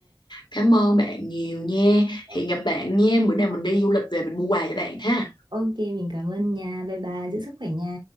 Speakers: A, on the left (about 75°); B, on the right (about 85°).
A: cảm ơn bạn nhiều nha
B: Ok,
A: hẹn gặp bạn nha bữa nào
B: ok.
A: mình đi du lịch về mình mua quà cho bạn ha
B: Ok, mình cảm ơn nha. Bye bye, giữ sức khỏe nha.